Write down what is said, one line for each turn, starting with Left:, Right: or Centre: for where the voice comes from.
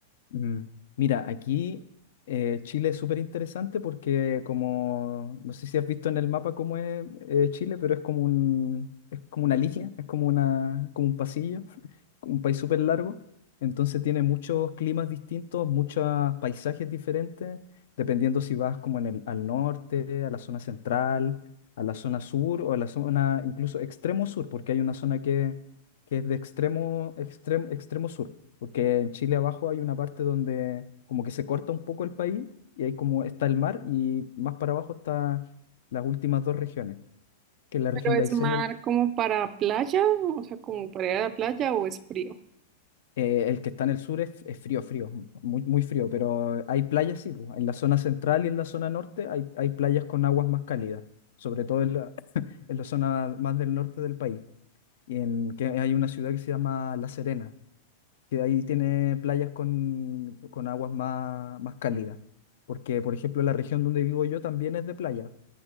Left: Mm, Mira, aquí eh, Chile es súper interesante porque como, no sé si has visto en el mapa cómo es eh, Chile, pero es como un, es como una línea, es como una, como un pasillo, <laughs> un país súper largo. Entonces tiene muchos climas distintos, muchos paisajes diferentes, dependiendo si vas como en el, al norte, a la zona central, a la zona sur o a la zona incluso extremo sur, porque hay una zona que, que es de extremo, extremo, extremo sur. Porque en Chile abajo hay una parte donde como que se corta un poco el país y ahí como está el mar y más para abajo están las últimas dos regiones, que es la región
Right: Pero es
Left: de Aysén
Right: mar
Left: y el,
Right: como para playa, o sea, como para ir a la playa o es frío.
Left: eh, el que está en el sur es, es frío, frío, muy, muy frío, pero hay playas, sí, pues, en la zona central y en la zona norte hay, hay playas con aguas más cálidas, sobre todo en la, en la zona más del norte del país. Y en que hay una ciudad que se llama La Serena que ahí tiene playas con, con aguas más, más cálidas. Porque, por ejemplo, la región donde vivo yo también es de playa,